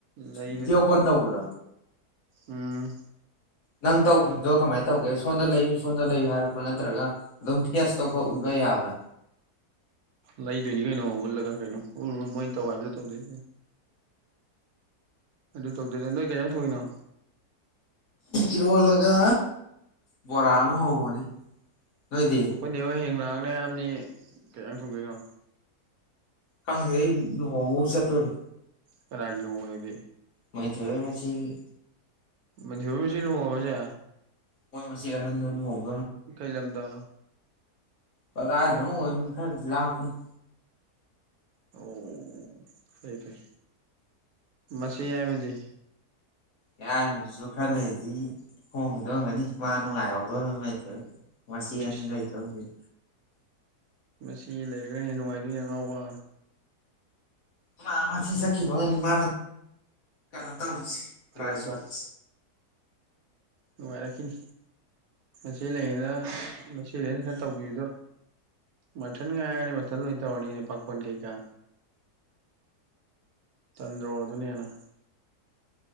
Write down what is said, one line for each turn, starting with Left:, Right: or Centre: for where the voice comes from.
Right: ꯂꯩꯕꯅꯤ
Left: ꯚꯤꯗꯤꯌꯣ ꯀꯣꯜ ꯇꯧꯕꯗꯣ
Right: ꯎꯝ
Left: ꯅꯪ ꯇꯧꯈꯤꯕꯗꯣ ꯀꯃꯥꯏꯅ ꯇꯧꯒꯦ ꯁꯣꯝꯗ ꯂꯩꯌꯨ ꯁꯣꯝꯗ ꯂꯩꯌꯨ ꯍꯥꯏꯔꯛꯄ ꯅꯠꯇ꯭ꯔꯒ ꯑꯗꯨꯝ ꯑꯦꯁ ꯇꯧꯈ ꯎꯠꯂ ꯌꯥꯕ꯭ꯔꯥ
Right: ꯂꯩꯗꯣꯏꯅꯤ ꯀꯩꯅꯣ ꯎꯠꯂꯒ ꯀꯩꯅꯣ ꯎꯔ ꯃꯣꯏ ꯇꯧ ꯍꯥꯏꯕꯗꯣ ꯇꯧꯗꯣꯏ ꯑꯗꯨ ꯇꯧꯗꯣꯏꯔ ꯅꯣꯢ ꯀꯩ ꯏꯟꯖꯥꯡ ꯊꯣꯡꯉꯤꯅꯣ
Left: ꯏꯔꯣꯟꯂꯒ ꯕꯣꯔ ꯑꯝ ꯍꯧꯕꯅꯤ ꯅꯣꯏꯗꯤ
Right: ꯑꯈꯣꯏ ꯅꯦꯍꯣꯢ ꯍꯌꯦꯡ ꯂꯥꯛꯀꯅꯤ ꯍꯥꯏꯕꯅꯤꯍꯦ ꯀꯩ ꯖꯥꯡ ꯊꯣꯡꯗꯣꯢꯅꯣ
Left: ꯈꯪꯗꯦ ꯑꯩ ꯂꯄꯍꯣꯡꯕꯕꯨ ꯆꯠꯇꯣꯔꯤ
Right: ꯀꯥꯅꯒꯤ ꯂꯨꯍꯣꯡꯕ ꯅꯪꯗꯤ
Left: ꯃꯣꯅꯤꯊꯣꯏ ꯍꯣꯏ ꯃꯆꯦꯒꯤ
Right: ꯃꯣꯅꯤꯊꯣꯏ ꯍꯣꯏ ꯃꯆꯦ ꯂꯨꯍꯣꯡꯉꯕꯣ ꯍꯥꯏꯁꯦ
Left: ꯃꯣꯏ ꯃꯆꯦ ꯑꯍꯟꯗꯣ ꯂꯨꯍꯣꯡꯉꯦ
Right: ꯀꯩ ꯂꯝꯗ
Left: ꯀꯗꯥꯏ ꯗꯅꯣꯝ ꯑꯣꯏꯕꯅꯦ ꯈꯔ ꯗꯤ ꯂꯞꯄꯅꯦ
Right: ꯑꯧ ꯐꯩꯐꯩ ꯃꯆꯦ ꯌꯥꯏꯃꯗꯤ
Left: ꯌꯥꯏꯃꯗꯨꯁꯨ ꯈꯔ ꯂꯩꯗꯤ ꯍꯣꯡꯈꯤꯗꯧꯒꯅꯤ ꯃꯥ ꯅꯨꯡꯉꯥꯏꯍꯧꯗꯣꯔꯅꯤ ꯂꯩꯇꯦ ꯃꯆꯦ ꯑꯅꯤ
Right: ꯏꯁ
Left: ꯂꯩꯥ ꯇꯣꯝꯕꯤ ꯍꯨꯝ
Right: ꯃꯁꯤ ꯂꯩꯔꯒ ꯍꯦꯟꯅ ꯅꯨꯡꯉꯥꯏꯗꯣꯏꯅꯤ ꯑꯉꯥꯎꯕ
Left: ꯃꯥ ꯃꯥꯆꯦ ꯆꯈꯤꯕꯅꯤ ꯃꯥ ꯀꯩꯅꯣ ꯇꯧ
Right: ꯀꯩꯗꯧꯗꯣꯏꯅꯣ
Left: ꯂꯥꯏ ꯆꯠ
Right: ꯅꯨꯡꯉꯥꯏꯔꯛꯈꯤꯅꯤ ꯃꯆꯦ ꯂꯩꯉꯩꯅ ꯃꯆꯦ ꯂꯩꯅ ꯈꯔ ꯇꯧꯕꯤꯕꯗꯣ ꯃꯊꯟ ꯉꯥꯏꯅꯤ ꯃꯊꯟ ꯂꯣꯏ ꯇꯧꯔꯅꯤ ꯄꯥꯈꯣꯟ ꯀꯩꯀꯥ ꯇꯟꯗ꯭ꯔꯣ ꯑꯗꯨ ꯍꯦꯟꯅ